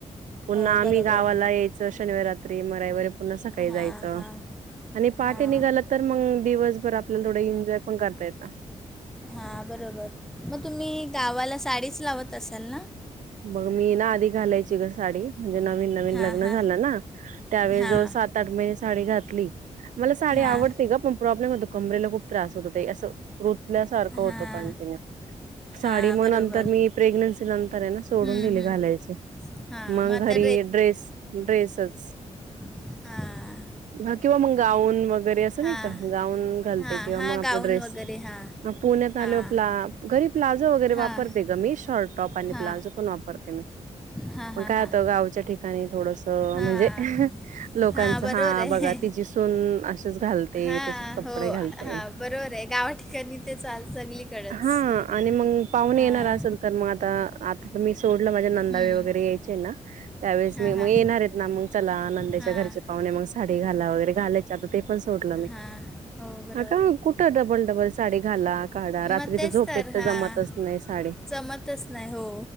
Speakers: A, on the right (about 85°); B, in the centre.
A: पुन्हा
B: हो
A: आम्ही
B: बरोबर
A: गावाला यायचं शनिवारात मग रविवारी पुन्हा सकाळी
B: हां
A: जायचं
B: हां
A: आणि पहाटे
B: हां
A: निघाल तर मग दिवसभर आपल्याला थोड एन्जॉय पण करता येत.
B: हां बरोबर मग तुम्ही गावाला साडीच लावत असाल ना?
A: मग मी ना आधी घालायची ग साडी म्हणजे नवीन नवीन
B: हां
A: लग्न
B: हां
A: झालं ना. त्यावेळेस
B: हां
A: जवळ सात आठ महिने साडी घातली मला साडी
B: हां
A: आवडते ग पण प्रॉब्लेम होतो कमरेला खू त्रास होतो ते असं रुतल्यासारखं होतो
B: हां
A: कंटिन्यू
B: हां
A: साडी मग
B: बरोबर
A: नंतर प्रेग्नेन्सी नंतर ना सोडून
B: हं,
A: दिले
B: हं.
A: घालायचे
B: हां
A: मग
B: आता
A: घरी ड्रेस ड्रेसच.
B: हा.
A: ह किंवा मग गाऊन वगैरे असं
B: हां
A: नाही का गाऊन घालते
B: हां
A: किंवा
B: हां
A: मग आपला
B: गाऊन
A: ड्रेस
B: वगैरे हां
A: पुण्यात
B: हां
A: आल्यावर प्ला घरी प्लाझो वगैरे
B: हां
A: वापरते ग मी शार्ट टॉप आणि
B: हां
A: प्लाझो पण वापरते मी
B: हां हां
A: पण
B: हां
A: काय आता गावच्या ठिकाणी थोडसं म्हणजे
B: हां
A: लोकांचं
B: हां बरोबर
A: हा
B: आहे
A: बघा तिची सून असेच घाल ते
B: हां
A: तसेच कपडे
B: हो
A: घालते
B: हां बरोबर आहे गावा ठिकाणी ते चाल सगळीकडंच
A: हां आणि मंग पाहुणे
B: हां
A: येणार असल तर मग आता आता तर मी सोडलं माझे नंदावे
B: हं,
A: वगैरे यायचे ना त्यावेळेस
B: हां
A: मी मग
B: हां
A: येणारेत ना मग चला नंदेच्या
B: हां
A: घरचे पाहुणे मग साडी घाला वगैरे घालाय चे आता ते पण सोडलं मी.
B: हां हो ब
A: ह का कुठं डबल डबल साडी घाला, काढा रात्रीच
B: मग तेच
A: झोपेत तर
B: हां
A: जमतच नाही साडी.
B: जमतच नाय हो